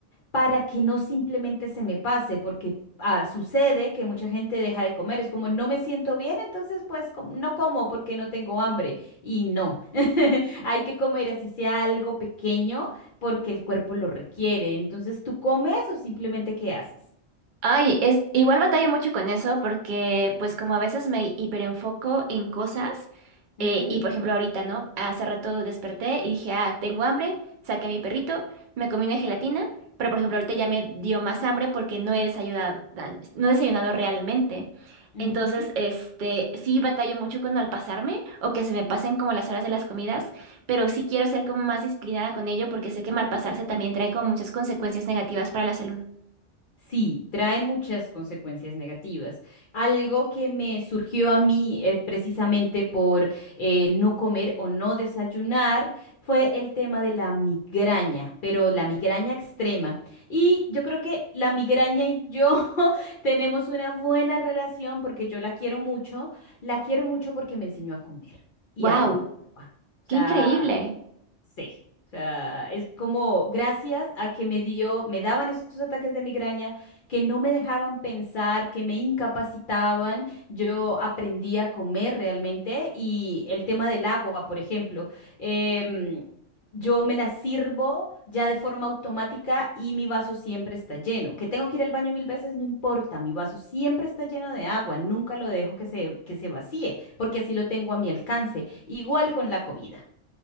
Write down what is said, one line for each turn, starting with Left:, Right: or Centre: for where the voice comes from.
Left: para que no simplemente se me pase, porque ah, sucede que mucha gente deja de comer, es como no me siento bien, entonces pues com- no como porque no tengo hambre y no, <laughs> hay que comer así sea algo pequeño porque el cuerpo lo requiere, entonces tú comes o simplemente qué haces.
Right: Ay, es igual batalla mucho con eso porque pues como a veces me hiperenfoco en cosas
Left: Ujú,
Right: eh, y por ejemplo ahorita, ¿no? Hace rato desperté y dije, ah, tengo hambre, saqué a mi perrito, me comí una gelatina, pero por ejemplo ahorita ya me dio más hambre porque no he desayunado, no he desayunado realmente.
Left: ujú.
Right: Entonces, este, sí batallo mucho con al pasarme o que se me pasen como las horas de las comidas, pero sí quiero ser como más disciplinada con ello porque sé que mal pasarse también trae como muchas consecuencias negativas para la salud.
Left: Sí, trae muchas consecuencias negativas. Algo que me surgió a mí eh, precisamente por eh, no comer o no desayunar fue el tema de la migraña, pero la migraña extrema. Y yo creo que la migraña y yo <laughs> tenemos una buena relación porque yo la quiero mucho, la quiero mucho porque me enseñó a comer y
Right: ¡Wow!
Left: a tomar agua. O sea,
Right: Qué increíble.
Left: Sí, o sea, es como gracias a que me dio, me daban esos ataques de migraña que no me dejaban pensar, que me incapacitaban. Yo aprendí a comer realmente y el tema del agua, por ejemplo, em, yo me la sirvo ya de forma automática y mi vaso siempre está lleno. Que tengo que ir al baño mil veces, no importa, mi vaso siempre está lleno de agua, nunca lo dejo que se, que se vacíe, porque así lo tengo a mi alcance. Igual con la comida.